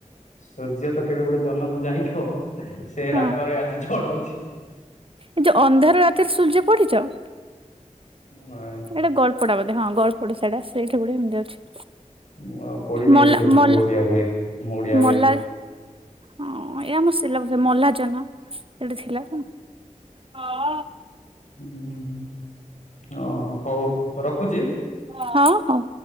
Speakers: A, on the left; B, on the right.
A: ସୂର୍ଯ୍ୟ ତ କେବେ ଗୋଟେ ଜହ୍ନ କୁ ଚାହିଁ <unintelligible> ସେ
B: ହଁ।
A: ରାଗରେ ଆଜି ଜଳଉଛି।
B: ଏ ଯୋଉ ଅନ୍ଧାର ରାତିରେ ସୂର୍ଯ୍ୟ ପଢି଼ଛ।
A: ନାଇଁ।
B: ଏଇଟା ଗଳ୍ପଟା ବୋଧେ ହଁ ଗଳ୍ପଟା ସେଇଟା ସେଇଠି ଗୋଟେ ଏମିତି ଅଛି।
A: ମୁଁ ଆଉ ପଢି଼ନି
B: ମଲା
A: ଏବେ କେବଠୁ
B: ମଲା
A: ଓଡ଼ିଆ ବହି ମୁଁ ଓଡ଼ିଆ
B: ମଲା
A: ବହି
B: ହଁ ଏ ଆମ ସିଲାବସ୍ ରେ ମଲା ଜହ୍ନ ସେଟା ଥିଲା ତ। ହଁ।
A: ହୁଁଁ ହୁଁ ଓ ହଉ ରଖୁଛି।
B: ହଁ ହଉ।